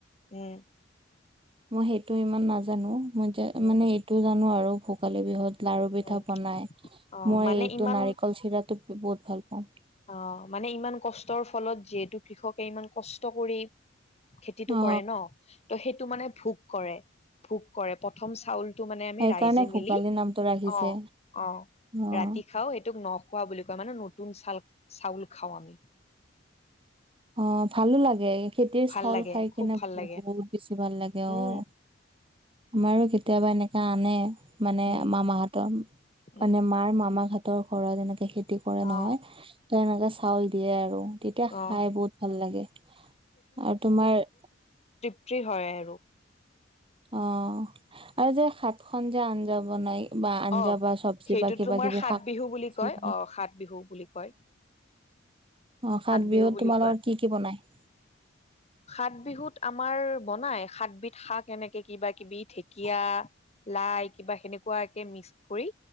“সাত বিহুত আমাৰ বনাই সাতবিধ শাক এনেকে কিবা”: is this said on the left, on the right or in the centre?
Left